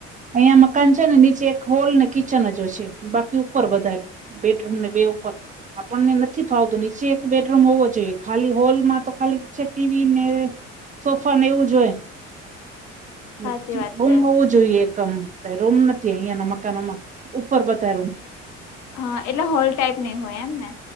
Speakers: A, on the right; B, on the left.
A: અહિયાં મકાન છે ને નીચે એક હોલ ને કિચન જ છે બાકી ઉપર બધા બેડરૂમ ને બે ઉપર આપણને નથી ફાવતું નીચે એક બેડરૂમ હોવો જોઈએ ખાલી હોલમાં તો ખાલી છે ટીવી ને સોફા ને એવું જોય
B: સાચી
A: એ
B: વાત
A: રૂમ
B: છે
A: હોવું જોઈએ કમ રૂમ નથી અહિયાંના મકાનોમાં ઉપર બતા રૂમ.
B: હા એટલે હોલ ટાઈપ નઈ હોય એમ ને